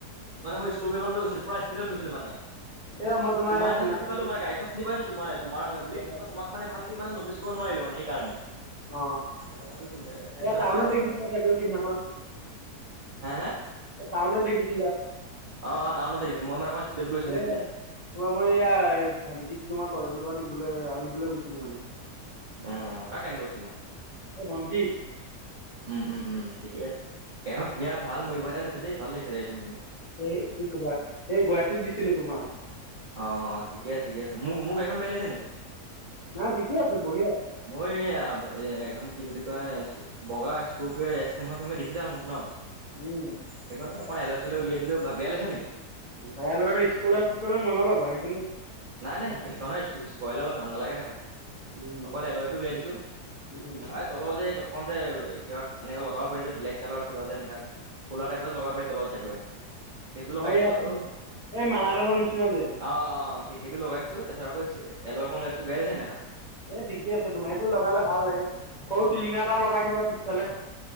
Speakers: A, on the right; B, on the left.
A: মানে মই স্কৰ্পিয়খন লৈ গৈছিল পুৰা স্পীডত গৈছিলো মানে।
B: এয়া মই
A: তোমাৰ নিছিনা
B: সিদিনাখন
A: দেখি পালো মানে গাড়ী চিনি পাইছো তোমাৰ তোমাৰ হয় বুলি,
B: অ
A: তোমাক মানে ভালকে ইমানে নটিচ কৰিব নোৱাৰিলো মানে সেইকাৰণে।
B: অ
A: অ মই ভাবিছো তুমি সেইদিনা
B: এ টাউনত
A: হয়
B: দেখিছিলে চাগৈ সেইদিনাখন
A: হে হে
B: টাউনত দেখিছিলা
A: অ অ টাউনত দেখিছিলোঁ মই মানে অকন স্পীডত গৈছিলো সেইফালে
B: এ তোমাৰ মই এইয়া ভন্টিক তোমাৰ কলেজৰ পৰা নিবলৈ আনিবলৈ গৈছিলো মানে
A: অ কাক আনিব গৈছিলা
B: এই ভণ্টিক
A: উম উম উম ঠিকেই আছে এয়া হ ধুনীয়া ভাল <unintelligible> এটা দিছে দেই ভাল লাগিছে গাড়ীখন কিন্তু
B: এ কি কবা এই গুৱাহাটীত দিছিলো তোমাৰ
A: অ অ ঠিক আছে ঠিক আছে মোক মোৰ গাড়ীখন বেয়া লাগিছে নেকি
B: নাই ঠিকেই আছে বঢ়িয়া
A: মই এইয়া এখন কি বুলি কয় বগা স্কপিঅ' ৰেচ ষ্টেণ্ডখন তুমি দেখিছা মোক ন
B: উম
A: সেইকনে অকন এল চেল উলিয়াই দিলো ভা বেয়া লাগিছে নেকি
B: বেয়া লগা নাই স্কলাৰ চিস্কলাৰ নলগাবা সেইখনো
A: নাই নাই সেই সেইখনৰ <unintelligible> কৰিলে অলপ ভাল নালাগে দেখাত।
B: উম
A: অকল এলইটো উলিয়াই দিছো
B: উম উম।
A: আত- তলৰ যে অন যে কিবা এনেকা লগাব পাৰি যে ব্লেক কালাৰ কিবা যে এনেকা কোলাৰ টাইপত লগাব পাৰি তলত যে একেবাৰে সেইটো লগাই
B: অ এইয়া
A: দিছো আৰু
B: এই মেলাডালৰ নিচিনা যে
A: অ অ সেইটো লগাই দিছো তাৰপিছত আকৌ <unintelligible> দিছো বেয়া লাগিছে নি দেখাত
B: এ ঠিকে আছে তোমাৰ সেইটো লগালে ভাল লাগে সৰু টিলিঙা এটাও লগাই দিবা পিছফালে